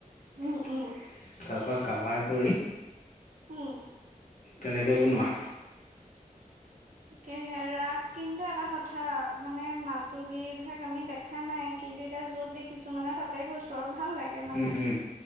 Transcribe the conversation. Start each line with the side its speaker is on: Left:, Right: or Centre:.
Right: উম
Left: তাৰ
Right: উম উম
Left: পৰা কালাৰ কৰি
Right: উম।
Left: তেনেকৈ বনোৱা।
Right: কেহে এৰা, কিন্তু এটা কথা, মানে মাজুলী ভাগ আমি দে দেখা নাই, কিন্তু এতিয়া য'ত দেখিছোঁ মানে তাতে কৈছোঁ ভাল লাগে মানে,
Left: উম উম